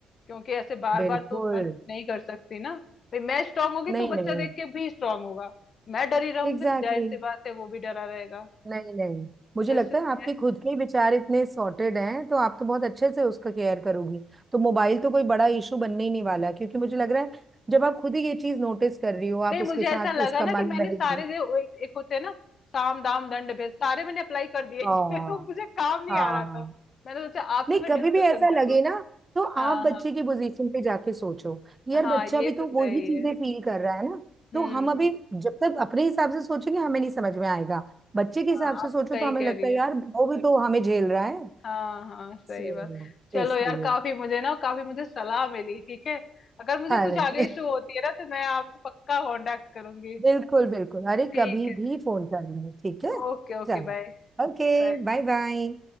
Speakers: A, on the left; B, on the right.
A: क्योंकि ऐसे बार
B: बिल्कुल
A: बार तो मन नहीं कर सकती ना भाई मैं स्ट्रांग होगी
B: नहीं
A: तो बच्चा
B: नहीं
A: देख के भी स्ट्रांग होगा मैं डरी रहूंगी
B: Exactly
A: तो जाहिर सी
B: exactly.
A: बात है वो भी डरा रहेगा
B: नहीं नहीं मुझे
A: तो
B: लगता
A: इसलिए
B: है आपके खुद के ही विचार इतने सॉर्टेड हैं तो आप तो बहुत अच्छे से उसका केयर करोगी तो मोबाइल तो कोई बड़ा इशू बनने ही नहीं वाला क्योंकि मुझे लग रहा है जब आप खुद ही ये चीज नोटिस कर रही हो
A: नहीं
B: आप उसके
A: मुझे
B: साथ
A: ऐसा लगा
B: उसका
A: ना
B: मन
A: कि मैंने
B: बहल
A: सारे
B: रहे हो।
A: जो वो एक, एक होते हैं ना साम दाम दंड भेद सारे मैंने अप्लाई कर दिए
B: हाँ
A: <laughs> तो मुझे काम नहीं
B: हाँ
A: आ रहा था मैंने सोचा आपसे
B: नहीं
A: मैं
B: कभी
A: डिस्कशन
B: भी ऐसा लगे
A: करूँ
B: ना तो
A: हाँ
B: आप बच्चे
A: हाँ
B: की पोजीशन पे जाके सोचो कि
A: हाँ
B: यार बच्चा
A: ये
B: भी तो
A: तो सही
B: वही चीजें
A: है
B: फील कर रहा है ना
A: हम्म
B: तो हम अभी
A: हम्म
B: जब तक अपने हिसाब से सोचेंगे हमें नहीं समझ में आएगा बच्चे के हिसाब
A: हाँ
B: से
A: आप
B: सोचो
A: तो सही
B: तो हमें
A: कह
B: लगता
A: रही
B: है
A: हैं
B: यार वो भी तो हमें झेल रहा है
A: हाँ हाँ सही
B: सो
A: बात चलो
B: इसलिए
A: यार काफी मुझे ना काफी मुझे सलाह मिली ठीक है अगर मुझे
B: अरे
A: कुछ आगे इशू होती है ना तो मैं आपसे पक्का कांटेक्ट करूंगी
B: <laughs> बिल्कुल बिल्कुल अरे
A: ठीक
B: कभी
A: है
B: भी फोन करना ठीक है
A: Okay okay
B: चलो
A: bye
B: ओके
A: बाय
B: बाय बाय